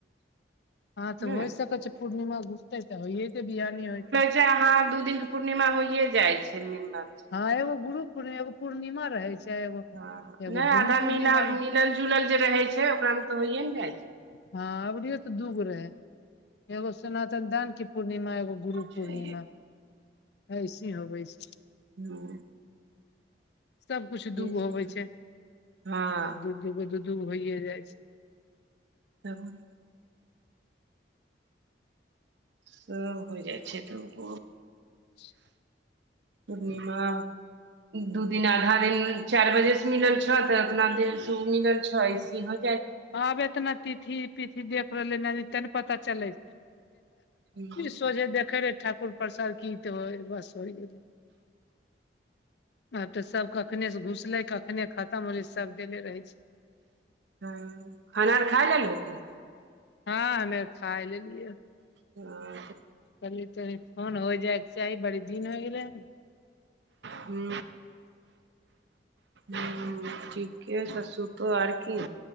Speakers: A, on the left; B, on the right.
A: हँ तऽ
B: हूँ
A: होइ सकै छै पूर्णिमा घुसते तऽ होइेत बिहानी होइके
B: ा ह दू दिननक के पूर्णिमा होइये जाइ छै मेन बात छै
A: हँ एगो गुरु पूर् एगो पूर्णिमा रहै छै एगो
B: हँ
A: एगो
B: नहि आधा
A: गुरु पूर्णिमा
B: मिल
A: रह
B: मिलल जुलल जे रहै छै ओकरा मे तऽ होइए नऽ जाइ छै
A: हँ अबरियो तऽ दूगो रहै एगो सनातन दान के पूर्णिमा एगो गुरु
B: छै
A: पूर्णिमा ऐसे होवे छै
B: हू
A: सब कुछु दूगो
B: सब
A: होवे छै
B: हँ
A: दू दूगो दू दूगो होइे जाइ छै
B: <unintelligible> सब हो जाइ छै तऽ ओ
A: अच्छा
B: पूर्णिमा दू दिन आधा दिन चारि बजे से मिलल छौ तऽ उतना देिन सऽ उऽ मिलल छ ऐसे ह
A: आब एतना तीथि पीी देख रहले नदी ते ने पता चलैी
B: हँ
A: सोझे देखे रहे ठ प्रसार की त हो बस हो गेल आब तऽ सब कखने से घुसले कखने खतम होले सब देेले रहै छै
B: हँ खाना आर खा लेलहो कि
A: हँ हमे खा लेलियए
B: हँ
A: कहली तनि फोन हो जाइके चाही बड़ी दिन होय गेलै हन
B: हू हू ठीके छै सूतय तो आर की